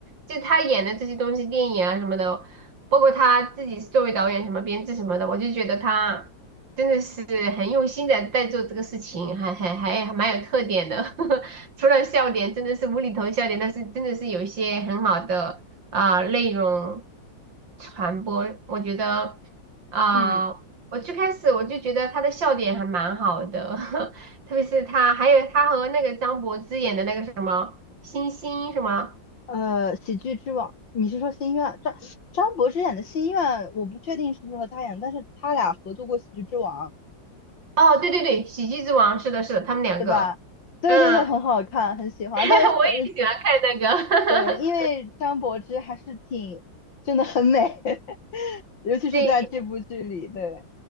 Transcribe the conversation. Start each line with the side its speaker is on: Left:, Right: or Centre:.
Right: 就他演的这些东西，电影啊什么的，包括他自己作为导演什么编制什么的，我就觉得他真的是很用心的在做这个事情，还还还还蛮有特点的。<laughs> 除了笑点真的是无厘头笑点，但是真的是有一些很好的啊、内容传播，我觉得啊、
Left: 嗯
Right: 我最开始我就觉得他的笑点还蛮好的。<laughs> 特别是他，还有他和那个张柏芝演的那个什么星星什么？
Left: 呃，喜剧之王，你是说《心愿》？张张柏芝演的《心愿》，我不确定是不是和他演，但是他俩合作过《喜剧之王》，
Right: 哦，对对对，《喜剧之王》是的，是的，他们两个，
Left: 对吧？对对对，
Right: 嗯，
Left: 很好看，很喜欢。
Right: <laughs>
Left: 但是这
Right: 我也喜欢看那
Left: 对，<laughs> 因为张柏芝还是挺真的很美，
Right: 个，
Left: <laughs> 尤其是在这部剧里，
Right: <laughs> 对，
Left: 对